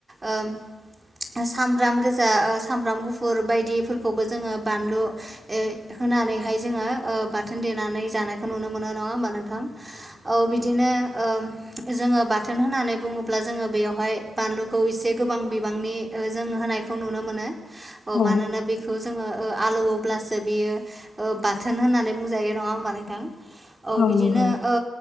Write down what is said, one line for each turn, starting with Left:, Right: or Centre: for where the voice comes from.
Right: ओ सामब्राम गोजा सामब्राम गुफुर बायदिफोरखौबो जोङो बानलु होनानै रैहाय जोङो बाथोन देनानै जानायखौ नुनो मोनो नङा होमबा नोंथां औ बिदिनो ओं जोङो बाथोन होननानै बुङोब्ला जोङो बेयावहाय बानलुखौ एसे गोबां बिबांनि जों होन नायखौ नुनो मोनो
Left: औ
Right: मानोना बेखौ जोङो ओ आलौवोब्लासो बियो बाथोन होननानै बुंजायो नङा होमबा नोंथां ओ
Left: औ
Right: बिदिनो
Left: नंगौ
Right: ओ